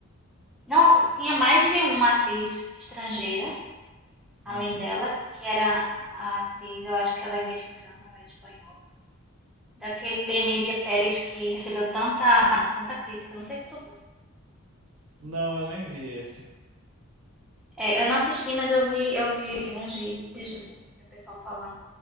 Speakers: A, in the centre; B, on the right.
A: Não, tinha mais de uma atriz estrangeira, além
B: Uhum.
A: dela, que era a atriz, eu acho que ela é mexicana ou é espanhola. Daquele Emília Pérez que recebeu tanta, tanta crítica, não sei se tu viu.
B: Não, eu nem vi esse.
A: É, eu não assisti, mas eu vi, eu vi uns vídeos do, do pessoal falando,